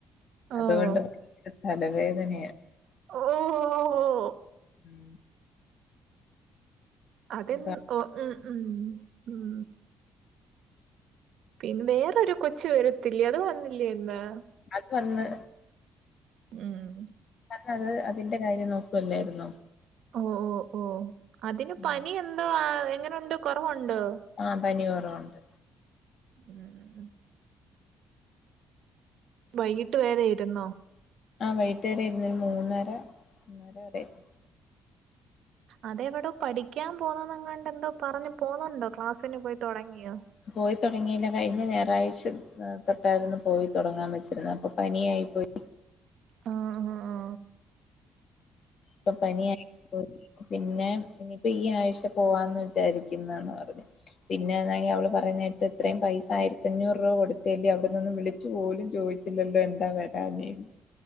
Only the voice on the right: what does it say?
ഓഹ്
ഓഹ്
അതെന്
ഓ ഉം ഉം ഉം പിന്നെ വേറൊരു കൊച്ചുവരത്തില്ലേ അത് വന്നില്ലേയിന്ന്
ഉം
ഓ ഓ ഓ അതിന്
പനി എന്തോ ആ എങ്ങനൊണ്ട് കൊറവൊണ്ടോ
ഉം വൈകിട്ടു വരെയിരുന്നോ
അതെവിടോ പഠിക്കാൻ പോണൊന്നെങ്ങാണ്ടു എന്തോ പറഞ്ഞ് പോന്നൊണ്ടോ ക്ലാസ്സിന് പോയിതൊടങ്ങിയോ
ആ ഹ ആ